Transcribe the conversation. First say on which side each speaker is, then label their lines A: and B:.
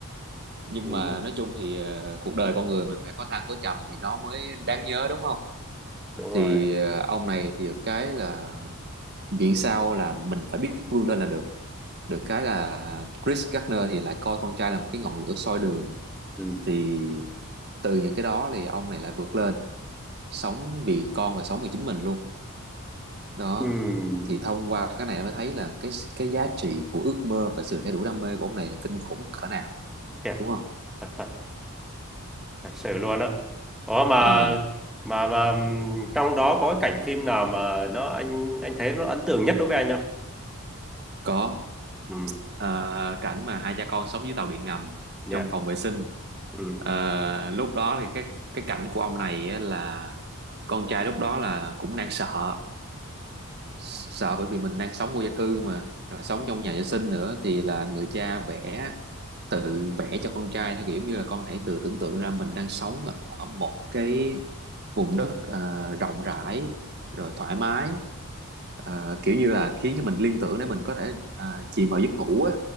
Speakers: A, on the right; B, in the centre.
A: nhưng
B: ừ
A: mà nói chung thì ờ, cuộc đời con người mà phải có thăng có trầm thì nó mới đáng nhớ đúng không
B: đúng rồi
A: thì ờ, ông này thì được cái là miễn sao là mình phải biết vươn lên là được được cái là Chris Gardner thì lại coi con trai là một cái ngọn lửa soi đường
B: ừ
A: thì từ những cái đó thì ông này lại vượt lên sống vì con và sống vì chính mình luôn đó
B: ừ
A: thì thông qua cái này mới thấy là cái cái giá trị của ước mơ và sự theo đuổi đam mê của ông này là kinh khủng cỡ nào
B: Thiệt,
A: đúng không
B: thật thật thật sự luôn á ủa mà
A: Ờ,
B: mà mà ừm, trong đó có cái cảnh phim nào mà nó anh anh thấy nó ấn tượng nhất đối với anh không
A: có
B: ừ
A: Ờ, cảnh mà hai cha con sống dưới tàu điện ngầm
B: dạ
A: trong phòng vệ sinh
B: ừ
A: Ờ, lúc đó thì cái cái cảnh của ông này á là con trai lúc đó là cũng đang sợ sợ bởi vì mình đang sống vô gia cư mà rồi sống trong nhà vệ sinh nữa thì là người cha vẽ tự vẽ cho con trai theo kiểu như là con hãy tự tưởng tượng ra mình đang sống ở một cái vùng đất ờ, rộng rãi rồi thoải mái ờ, kiểu như là khiến cho mình liên tưởng để mình có thể ờ, chìm vào giấc ngủ á